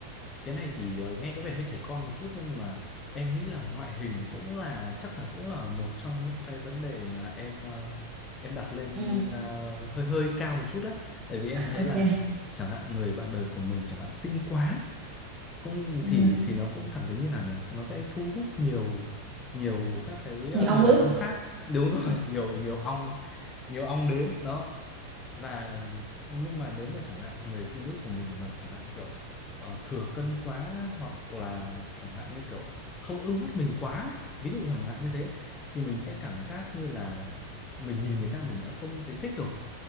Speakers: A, on the left (about 25°); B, on the right (about 25°).
A: cái này thì ờ, nghe có vẻ hơi trẻ con một chút nhưng mà em nghĩ là ngoại hình cũng là chắc là cũng là một trong những cái vấn đề mà em ờ, em đặt lên
B: Ừ,
A: ờ, hơi hơi cao một chút đó. Tại vì em thấy
B: ok.
A: là chẳng hạn người bạn đời của mình chẳng hạn xinh quá cũng
B: Ừ,
A: thì thì nó cũng cảm thấy như nào nhỉ? Nó sẽ thu hút nhiều nhiều các cái ờ,
B: như ông
A: người
B: bướm.
A: đàn ông khác. Đúng rồi, <laughs> nhiều nhiều ong nhiều ong đến đó và nhưng mà nếu mà chẳng hạn người phụ nữ của mình mà chẳng hạn kiểu ờ, thừa cân quá hoặc là chẳng hạn như kiểu không ưng mắt mình quá ấy, ví dụ chẳng hạn như thế thì mình sẽ cảm giác như là mình nhìn người ta mình đã không thấy thích rồi